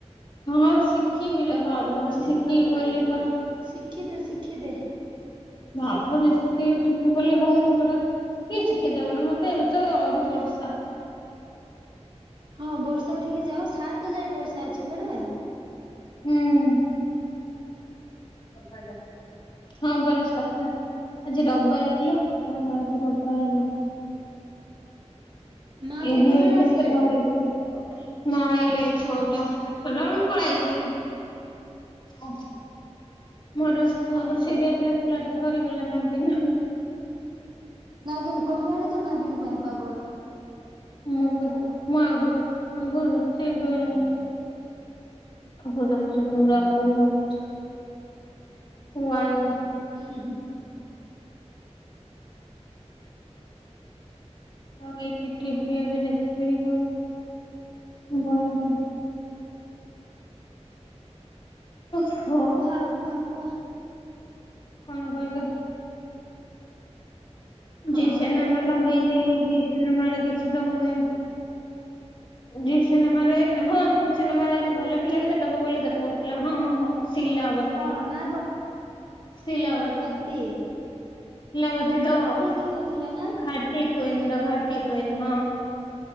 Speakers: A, on the left; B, on the right.
A: ହଁ ଶିଖିବି ନା ଭାବୁଛି ଶିଖିବି ବୋଲି ପର
B: ଶିଖିଦେ ଶିଖିଦେ।
A: ଭାବୁଛି ଶିଖେଇ ଶିଖ ବୋଲି ହଉନି ଗୋଟା। କିଏ ଶିଖେଇଦବଲ ମତେ ଏବେ ତ ଆହୁରି ବର୍ଷା।
B: ହଁ ବର୍ଷା ଟିକେ ଯାଅ ସାତ ଯାଏ ବର୍ଷା ଅଛି ପରା।
A: ହୁଁ <unintelligible> ହଁ ପରେ ସାତ ଆଜି ରବିବାର କିଲ ହଁ ଆଜି ରବିବାର ହେଲା।
B: ମା
A: ଏହେ
B: କେତେବେଳେ
A: କେତ
B: ଆସିଲେ?
A: ବାହାର କରଚି। ମା ଆଇଲେ ଛଅଟା ଛୋଟା ବେଳେ ପଳଥିଲଥିଲେ। ମୋର ମୋର
B: ଓହୋ।
A: ସିରିଏଲ ଦେଖିଲା ଟା ସରିଗଲା ନାଗିନ।
B: ନାଗିିନ କଲ୍ୟାଣୀ ତ ନାଗିିନ ପାଇଁ ପାଗଳ।
A: ମୁଁ ବି ମଁ ଆଗରୁ ମୋ ଆଗରୁ ସେ ଏବେ ନାହିଁ। ଆ ଦେଖୁଛି ପୁରୁରା ବହୁତ ହୁଆନ ର।
B: ହୁଁ।
A: ଲଗେଇକି ଟିଭି ଏ ବି ଦେଖିବି। ବ ହ।
B: କୁହଉ କୁହ କୁହ।
A: କଣ କହିବ।
B: କଣ
A: ଜି ସେନେମା
B: କହିବୁ
A: ଲଗେଇଲି।
B: ତମକୁ
A: ସିନେମାରେ କିଛି ଦଉନି ଜି ସିନେମାରେ
B: ହୁଁ
A: ହଁ ସିନେମାରେ ଆଜି ଭଲ ଫିଲ୍ମ ଟେ ଦବ ବୋଲି ଦେଖଉଥିଲା ହଁ ହଁ ହଁ। ଶିଲାବତି
B: କଣ ନା
A: ଶିଲାବତି।
B: ତି।
A: ସିଲା ବତି ଦ
B: ଦେଖଉଥିଲା ନା?
A: ଘାଟି କୁଇନ ତ ଘାଟି କୁଇନ ହଁ।